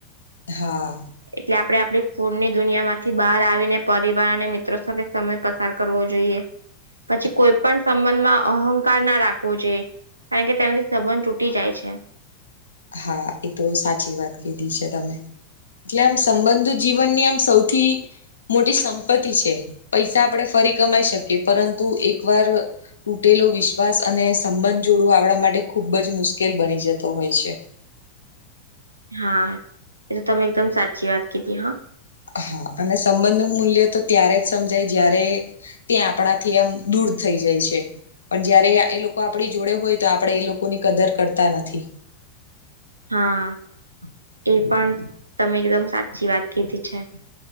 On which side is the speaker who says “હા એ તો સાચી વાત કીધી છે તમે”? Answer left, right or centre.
Left